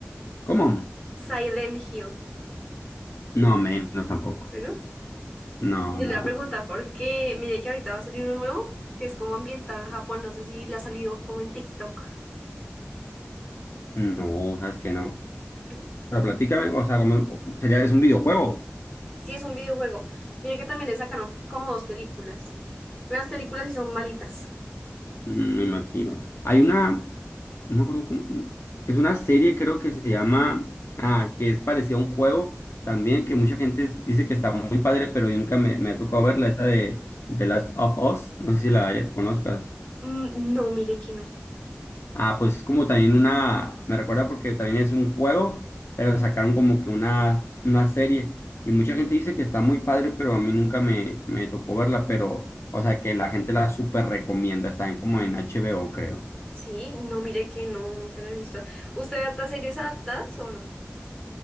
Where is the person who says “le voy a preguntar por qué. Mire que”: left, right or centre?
Left